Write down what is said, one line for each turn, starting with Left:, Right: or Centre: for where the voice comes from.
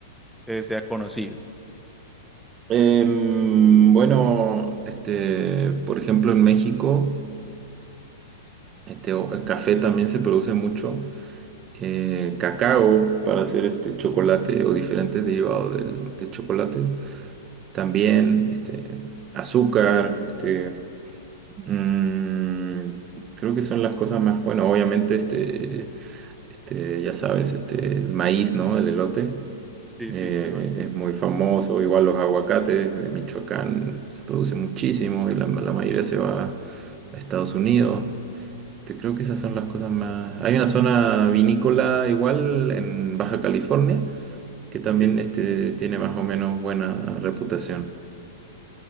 Centre: que sea conocido?
Right: Em, bueno, este, por ejemplo, en México, este, o- el café también se produce mucho. Eh, cacao para hacer este chocolate o diferentes derivados del, del chocolate. También, este, azúcar, este. Mm, creo que son las cosas más, bueno, obviamente este, este, ya sabes, este, el maíz, ¿no? El elote
Centre: Sí,
Right: eh,
Centre: sí, el maíz.
Right: es muy famoso, igual los aguacates de Michoacán se producen muchísimo y la, la mayoría se va a Estados Unidos. Este, creo que esas son las cosas más. Hay una zona
Centre: Es-
Right: vinícola igual en Baja California que también
Centre: Sí, sí.
Right: este, tiene más o menos buena reputación.